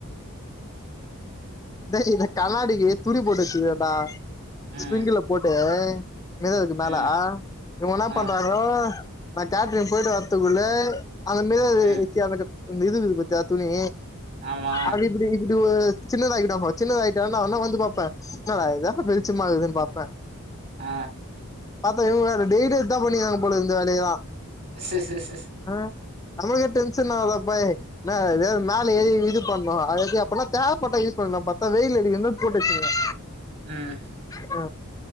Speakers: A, on the left; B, on the right.
A: டேய் இந்த கண்ணாடிக்கி துணி போட்டு வச்சுர்க்கேண்டா
B: ம்
A: ஸ்விங்குல போட்டு இனிமே த எதுக்கு
B: ம்
A: மேல இவுங் என்ன
B: ஆ
A: பண்றாங்கோ நா கேட்ரிங் போயிட்டு வரத்துக்குள்ளே அந்த மேலருக்கு
B: ம்
A: <unintelligible> இந்த இதுக்குது பத்திய துணி
B: ஆமா
A: அது இப்டி இப்டி ஒரு சின்னதாகிட்டா சின்னதாகிட்டா அவனா வந்து பாப்பே என்னடா இது வெளிச்சமா ஆகுதுன்னு பாப்பே
B: அ
A: பாத்தா இவுங்க வேற டெய்லி இதா பண்ணிருாங்க போல இந்த வேலையத
B: எஸ் ஸ ஸ ஸட்
A: அ நமக்கே டென்ஷன் ஆகுதப்பை என்னடா இது மேல ஏறி இது பண்ணு அத இது அப்பனா தேவைப்பட்டா பண்லா பாத்தா வெயில் அடிகுன்னு போட்டு வச்சுகுறே
B: ம்
A: அ